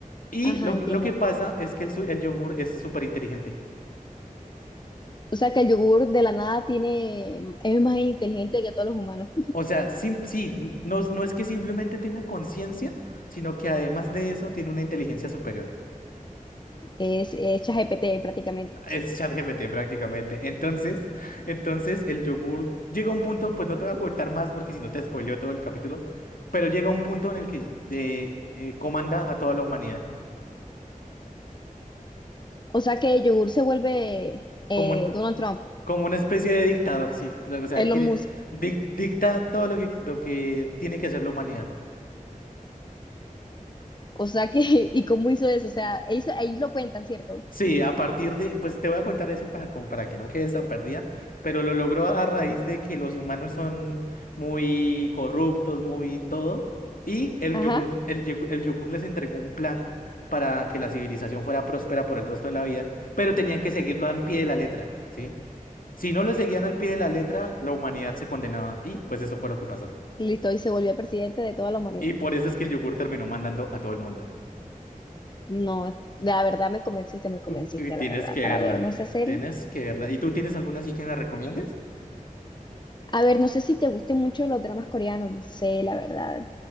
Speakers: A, on the left (about 75°); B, on the left (about 30°).
A: Y
B: Ajá,
A: lo,
B: entiendo.
A: que- lo que pasa es que el, su- el yogur es súper inteligente.
B: O sea que el yogur de la nada tiene, es más inteligente que todos los humanos.
A: O sea, sim- sí, n- no, no es que simplemente tenga conciencia, sino que además de eso tiene una inteligencia superior.
B: Es, es ChatGPT prácticamente.
A: Es ChatGPT prácticamente. Entonces, entonces el yogur llega a un punto, pues no te voy a contar más porque si no te spoileo todo el capítulo, pero llega a un punto en el que de, eh, comanda a toda la humanidad,
B: O sea que el yogur se vuelve eh,
A: como, un-
B: Donald Trump,
A: como una especie de dictador, sí. O sea,
B: Elon
A: quiere,
B: Musk.
A: dic- dicta todo lo que, lo que tiene que hacer la humanidad.
B: O sea que, <laughs> ¿y cómo hizo eso? O sea, eso, ahí lo cuentan, ¿cierto?
A: Sí, a partir de, pues te voy a contar eso para, como para que no quedes tan perdida, pero lo logró a raíz de que los humanos son muy corruptos, muy todo, y el
B: Ajá.
A: yogur, el, yegu- el yogur les entregó un plan para que la civilización fuera próspera por el resto de la vida, pero tenían que seguirlo al pie de la letra, ¿sí? Si no lo seguían al pie de la letra, la humanidad se condenaba, y pues eso fue lo que pasó.
B: Listo, y se volvió el presidente de toda la humanidad.
A: Y por eso es que el yogur terminó mandando a todo el mundo.
B: No, la verdad me convenciste, me convenciste,
A: U- Y tienes
B: la verdad,
A: que
B: para
A: verla,
B: verme esa serie.
A: tienes que verla. ¿Y tú tienes alguna así que me recomiendes?
B: A ver, no sé si te gusten mucho los dramas coreanos, no sé, la verdad.